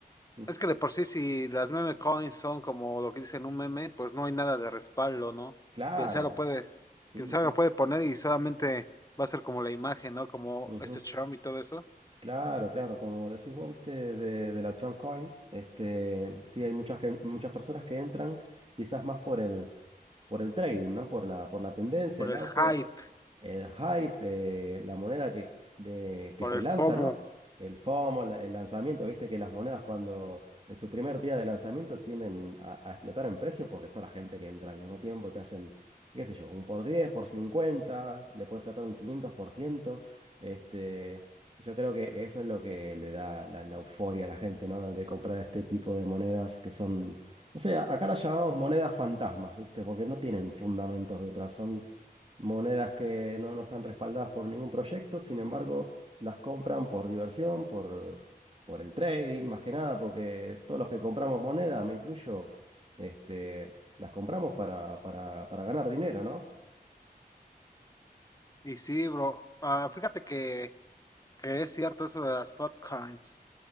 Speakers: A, on the right; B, on the left.
A: Mm,
B: es que de por sí, si las meme coins son como lo que dicen un meme, pues no hay nada de respaldo, ¿no?
A: Claro,
B: Quien sea lo puede,
A: sí,
B: quien sea
A: sí.
B: lo puede poner y solamente va a ser como la imagen, ¿no? Como
A: ujú,
B: este charm y todo eso.
A: Claro, claro, como decís vos, viste, de, de la Trump Coin, este, sí hay muchas, que- muchas personas que entran quizás más por el, por el trading, ¿no? Por la, por la tendencia,
B: Por
A: el
B: el
A: auge.
B: hype,
A: el hype, eh, la moneda que, de- que
B: por
A: se
B: el
A: lanza,
B: FOMO.
A: ¿no? El FOMO, la- el lanzamiento, viste que las monedas cuando en su primer día de lanzamiento tienden a, a explotar en precio porque está la gente que entra al mismo tiempo, te hacen, qué sé yo, un por 10 por 50 le puedes sacar un quinientos por ciento Este, yo creo que eso es lo que le da la, la euforia a la gente, ¿no? De comprar este tipo de monedas que son, no sé, acá las llamamos monedas fantasmas, ¿viste? Porque no tienen fundamentos detrás, son monedas que no, no están respaldadas por ningún proyecto, sin embargo, las compran por diversión, por, por el trading, más que nada, porque todos los que compramos monedas, me incluyo, este, las compramos para, para, para ganar dinero, ¿no?
B: Y sí, bro. Ah, fíjate que. que es cierto eso de las altcoins,